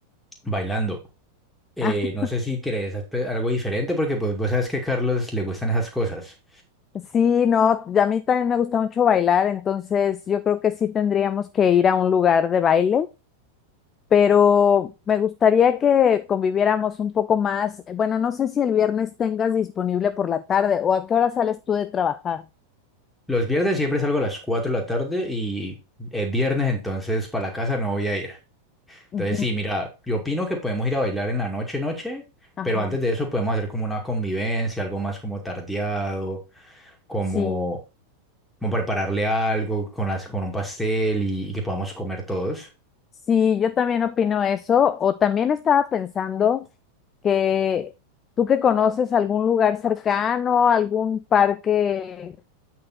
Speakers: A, in the centre; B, on the left.
A: bailando. Eh,
B: <laughs>
A: no sé si querés hacer algo diferente porque pues vos sabes que a Carlos le gustan esas cosas.
B: Sí, no, y a mí también me gusta mucho bailar, entonces yo creo que sí tendríamos que ir a un lugar de baile, pero me gustaría que conviviéramos un poco más. Bueno, no sé si el viernes tengas disponible por la tarde o a qué hora sales tú de trabajar.
A: Los viernes siempre salgo a las 4 de la tarde y es viernes, entonces para la casa no voy a ir. Entonces
B: ujú,
A: sí, mira, yo opino que podemos ir a bailar en la noche, noche,
B: Ajá.
A: pero antes de eso podemos hacer como una convivencia, algo más como tardeado, como,
B: Sí,
A: como prepararle algo con, las, con un pastel y, y que podamos comer todos.
B: Sí, yo también opino eso. O también estaba pensando que tú que conoces algún lugar cercano, algún parque